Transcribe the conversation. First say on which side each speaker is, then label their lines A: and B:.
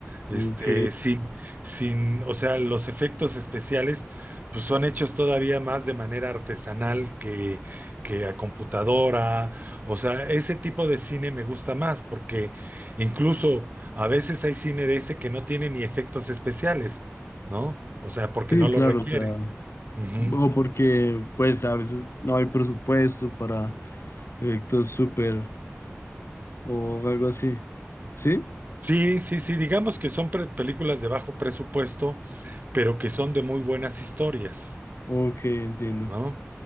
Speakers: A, on the right (about 35°); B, on the left (about 60°).
A: Este,
B: ok,
A: sin, sin, o sea, los efectos especiales, pues son hechos todavía más de manera artesanal que, que a computadora. O sea, ese tipo de cine me gusta más, porque incluso a veces hay cine de ese que no tiene ni efectos especiales, ¿no? O sea, porque
B: sí,
A: no lo
B: claro,
A: requiere.
B: o sea,
A: Ujú.
B: o porque pues a veces no hay presupuesto para efectos súper o algo así, ¿sí?
A: Sí, sí, sí, digamos que son pre- películas de bajo presupuesto, pero que son de muy buenas historias.
B: Ok, entiendo.
A: ¿no?